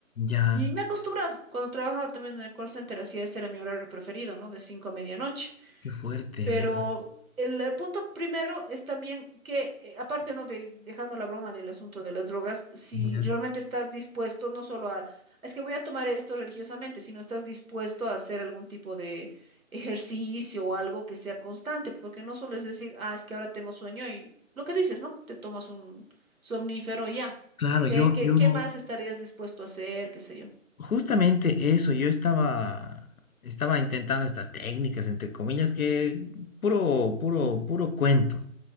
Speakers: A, on the left (about 85°); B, on the right (about 80°).
A: ya,
B: Y me he acostumbrado, cuando trabajaba también en el call center, hacía ese era mi horario preferido, ¿no? De 5 a medianoche.
A: qué fuerte,
B: Pero
A: ya.
B: el, el punto primero es también que, eh, aparte, ¿no? De, dejando la broma del asunto de las drogas, si
A: Ya.
B: realmente estás dispuesto no solo a, es que voy a tomar esto religiosamente, sino estás dispuesto a hacer algún tipo de ejercicio o algo que sea constante, porque no solo es decir, ah, es que ahora tengo sueño y lo que dices, ¿no? Te tomas un somnífero y ya.
A: Claro,
B: ¿Qué,
A: yo,
B: qué,
A: yo,
B: qué más estarías dispuesto a hacer? ¿Qué sé yo?
A: justamente eso, yo estaba, estaba intentando estas técnicas, entre comillas, que puro, puro, puro cuento.